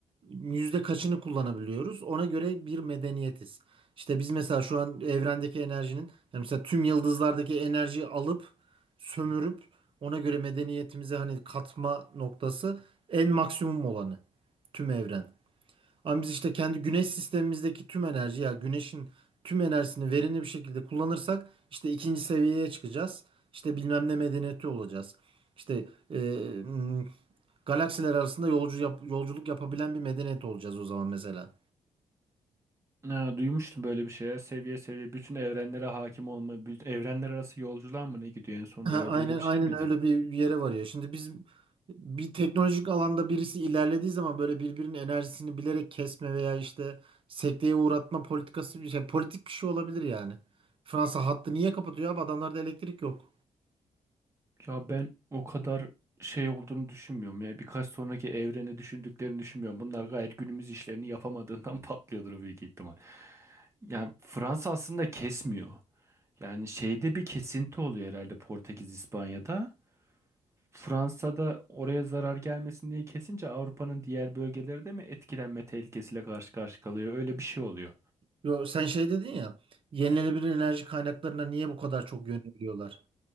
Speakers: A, on the right; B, on the right.
A: yüzde kaçını kullanabiliyoruz? Ona göre bir medeniyetiz. İşte biz mesela şu an evrendeki enerjinin yani mesela tüm yıldızlardaki enerjiyi alıp sömürüp ona göre medeniyetimize hani katma noktası en maksimum olanı tüm evren. Ama biz işte kendi güneş sistemimizdeki tüm enerji ya güneşin tüm enerjisini verimli bir şekilde kullanırsak işte ikinci seviyeye çıkacağız. İşte bilmem ne medeniyeti olacağız. İşte e, m, galaksiler arasında yolcu yap- yolculuk yapabilen bir medeniyet olacağız o zaman mesela.
B: Ha, duymuştum böyle bir şeye. Seviye seviye bütün evrenlere hakim olma, bütün evrenler arası yolculuğa mı ne gidiyor en son
A: Ha,
B: derece
A: aynen
B: öyle
A: aynen
B: bir şey miydi?
A: öyle bir yere varıyor. Şimdi biz bir teknolojik alanda birisi ilerlediği zaman böyle birbirinin enerjisini bilerek kesme veya işte sekteye uğratma politikası bir şey politik bir şey olabilir yani. Fransa hattı niye kapatıyor abi? Adamlarda elektrik yok.
B: Ya ben o kadar şey olduğunu düşünmüyorum ya. Birkaç sonraki evreni düşündüklerini düşünmüyorum. Bunlar gayet günümüz işlerini yapamadığından <laughs> patlıyordur büyük ihtimal. Yani Fransa aslında kesmiyor. Yani şeyde bir kesinti oluyor herhalde Portekiz, İspanya'da. Fransa'da oraya zarar gelmesin diye kesince Avrupa'nın diğer bölgeleri de mi etkilenme tehlikesiyle karşı karşıya kalıyor? Öyle bir şey oluyor.
A: Yo, sen şey dedin ya yenilenebilir enerji kaynaklarına niye bu kadar çok yöneliyorlar?